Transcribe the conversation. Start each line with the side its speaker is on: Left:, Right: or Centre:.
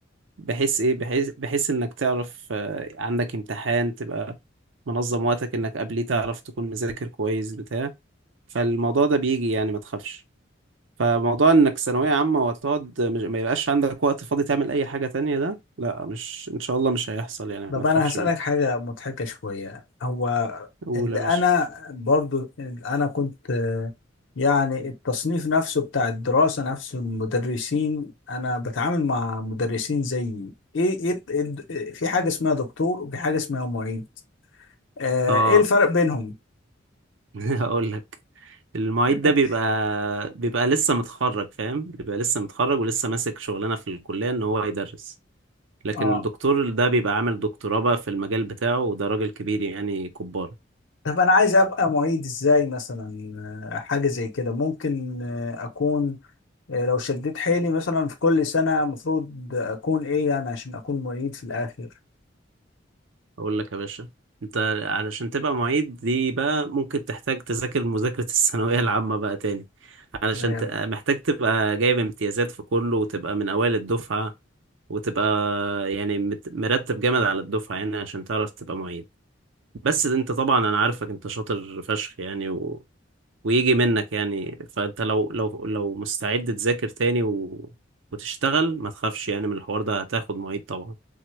Right: بحيث ايه بحيث بحيث انك تعرف آه، عندك امتحان تبقى منظم وقتك انك قبليه تعرف تكون مذاكر كويس بتاع فالموضوع ده بيجي يعني ما تخافش فموضوع انك ثانوية عامة وتقعد مش... ما يبقاش عندك وقت فاضي تعمل اي حاجة تانية ده لا مش ان شاء الله مش هيحصل يعني
Left: طب
Right: ما تخافش
Left: انا هسألك
Right: منه
Left: حاجة مضحكة شوية هو
Right: قول
Left: اللي
Right: يا باشا
Left: انا برضو اللي انا كنت آه، يعني التصنيف نفسه بتاع الدراسة نفسه المدرسين انا بتعامل مع مدرسين زيي ايه إيه- إيه- في حاجة اسمها دكتور وفي حاجة اسمها معيد آه،
Right: اه
Left: ايه الفرق بينهم
Right: <laughs> هقول لك المعيد
Left: <laughs>
Right: ده بيبقى بيبقى لسه متخرج فاهم بيبقى لسه متخرج ولسه ماسك شغلانه في الكليه ان هو يدرس لكن
Left: اه
Right: الدكتور ده بيبقى عامل دكتوراه بقى في المجال بتاعه وده راجل كبير يعني كبار
Left: طب انا عايز ابقى معيد ازاي مثلا آه، حاجه زي كده ممكن آه، اكون آه، لو شديت حيلي مثلا في كل سنه المفروض اكون ايه يعني عشان اكون معيد في الاخر
Right: اقول لك يا باشا انت علشان تبقى معيد دي بقى ممكن تحتاج تذاكر مذاكرة الثانوية العامة بقى تاني علشان
Left: أيوة.
Right: ت... محتاج تبقى جايب امتيازات في كله وتبقى من اوائل الدفعة وتبقى يعني مت- مرتب جامد على الدفعة يعني عشان تعرف تبقى معيد بس انت طبعا انا عارفك انت شاطر فشخ يعني و... ويجي منك يعني فانت لو لو لو مستعد تذاكر تاني و... وتشتغل ما تخافش يعني من الحوار ده هتاخد معيد طبعا